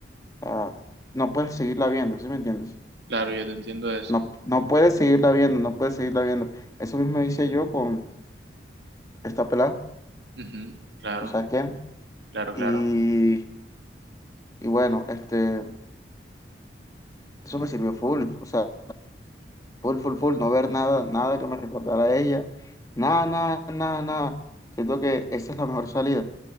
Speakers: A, on the left; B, on the right.
A: o no puedes seguirla viendo, ¿sí me entiendes?
B: Claro, yo te entiendo eso.
A: No, no puedes seguirla viendo, no puedes seguirla viendo. Eso mismo hice yo con esta pelada,
B: Ujú. Claro,
A: ¿tú sabes quién?
B: claro,
A: Y,
B: claro.
A: y bueno, este, eso me sirvió full, o sea, Full, full, full, no ver nada, nada que me recordara a ella. Nada, nada, nada, nada. Siento que esa es la mejor salida